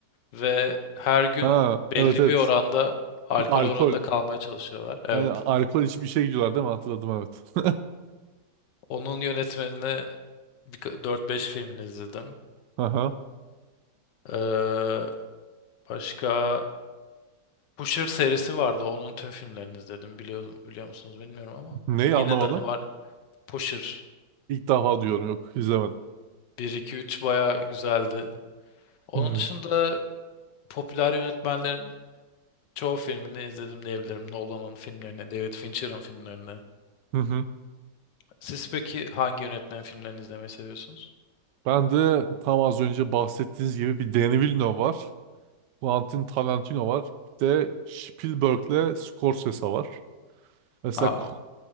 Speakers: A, on the left; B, on the right.
A: ve her gün
B: Ha
A: belli
B: evet evet.
A: bir oranda alkol
B: Alkol.
A: oranında kalmaya çalışıyorlar. Evet.
B: Hani alkol içip işe gidiyorlar değil mi? Hatırladım evet. <laughs>
A: Onun yönetmenini birka- 4-5 filmini izledim.
B: Aha.
A: Ee, Başka Pusher serisi vardı. Onun tüm filmlerini izledim. Biliyor, biliyor musunuz bilmiyorum ama.
B: Neyi
A: Yine
B: anlamadım?
A: de hani var Pusher
B: İlk defa diyorum yok izlemedim.
A: bir 2 3 baya güzeldi. Onun
B: Hmm.
A: dışında popüler yönetmenlerin çoğu filmini izledim diyebilirim. Nolan'ın filmlerini, David Fincher'ın filmlerini.
B: Hı hı.
A: Siz peki hangi yönetmenin filmlerini izlemeyi seviyorsunuz?
B: Ben de tam az önce bahsettiğiniz gibi bir Danny Villeneuve var. Quentin Tarantino var. Bir de Spielberg'le Scorsese var. Mesela
A: Aa,
B: Ku-